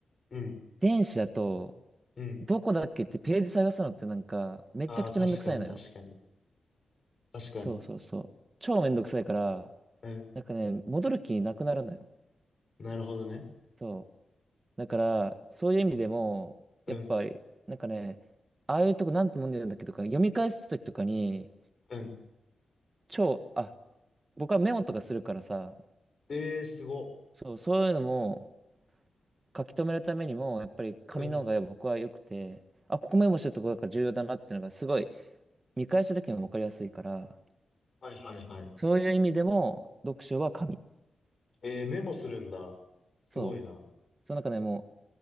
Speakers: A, on the left (about 50°); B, on the right (about 35°).
A: うん。うん。
B: 電子だと、
A: うん。
B: どこだっけってページ探すのってなんか、めちゃくちゃめんどくさいのよ。
A: ああ、確かに、確かに。確かに。
B: そうそうそう。超めんどくさいから、
A: うん。
B: なんかね、戻る気なくなるのよ。
A: なるほどね。
B: そう。だから、そういう意味でも、
A: うん。
B: やっぱり、なんかね、ああいうとこなんてもんでるんだっけとか、読み返すときとかに、
A: うん。
B: 超、あ、僕はメモとかするからさ、
A: えー、すご。
B: そう、そういうのも書き留めるためにも、やっぱり紙の方が僕は良くて、
A: うん。
B: あ、ここメモしてるところから重要だなっていうのがすごい見返した時にも分かりやすいから、
A: はいはいはい。
B: そういう意味でも読書は紙。
A: えー、メモするんだ。すごいな。
B: そう。その中でも